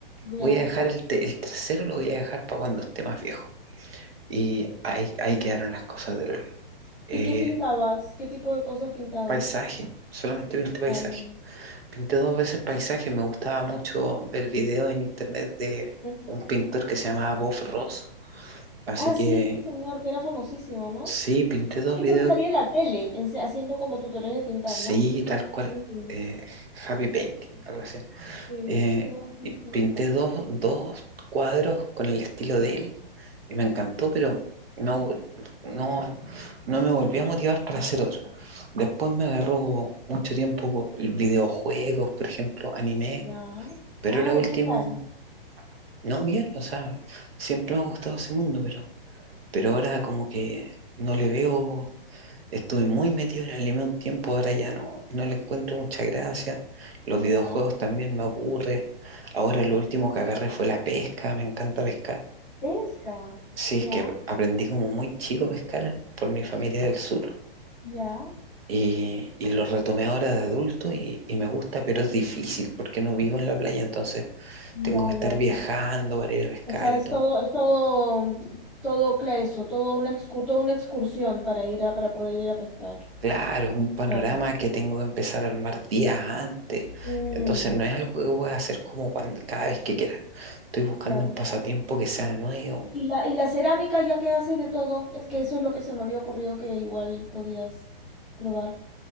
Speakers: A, in the centre; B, on the right.
A: Ya.
B: voy a dejar
A: <laughs>
B: el, te- el tercero, lo voy a dejar para cuando esté más viejo. Y ahí, ahí quedaron las cosas del óleo. Eh,
A: ¿Y qué pintabas? ¿Qué tipo de cosas pintabas?
B: paisaje, solamente pinté paisaje.
A: Ya, ya.
B: Pinté dos veces paisaje, me gustaba mucho ver videos en internet de
A: ya.
B: un pintor que se llamaba Bob Ross. Así
A: Ah,
B: que
A: sí, ese señor, que era famosísimo, ¿no?
B: sí, pinté dos
A: Es que
B: videos,
A: creo que salía en la tele, en- haciendo como tutoriales de pintar,
B: sí,
A: ¿no?
B: tal cual.
A: Mm,
B: Eh, Happy Painting, algo así.
A: Sí,
B: Eh,
A: qué bonito.
B: y pinté dos, dos cuadros con el estilo de él y me encantó, pero no, no, no me volví a motivar para hacer otro. Después me agarró mucho tiempo videojuegos, por ejemplo, anime,
A: Ya.
B: pero
A: Ay,
B: era último,
A: ¿qué tal?
B: no bien, o sea, siempre me ha gustado ese mundo, pero, pero ahora como que no le veo Estuve muy metido en el anime un tiempo, ahora ya no, no le encuentro mucha gracia. Los
A: Ya.
B: videojuegos también me aburre. Ahora lo último que agarré fue la pesca, me encanta pescar.
A: Pesca.
B: Sí,
A: Ya,
B: es que ap- aprendí como muy chico a pescar por mi familia del sur
A: ya,
B: y, y lo retomé ahora de adulto y, y me gusta, pero es difícil porque no vivo en la playa, entonces
A: ya,
B: tengo que estar
A: ya,
B: viajando
A: ya.
B: para ir a pescar
A: O sea,
B: y
A: es
B: todo.
A: todo, es todo, todo eso, todo una excu- toda una excursión para ir a, para poder ir a pescar.
B: Claro, es un panorama
A: Claro.
B: que tengo que empezar a armar días antes.
A: Mm,
B: Entonces no es algo que pueda hacer como cuando, cada vez que
A: sí,
B: quiera. Estoy buscando
A: claro.
B: un pasatiempo que sea nuevo.
A: Y la, y la cerámica, ya que haces de todo, es que eso es lo que se me había ocurrido que igual podías probar.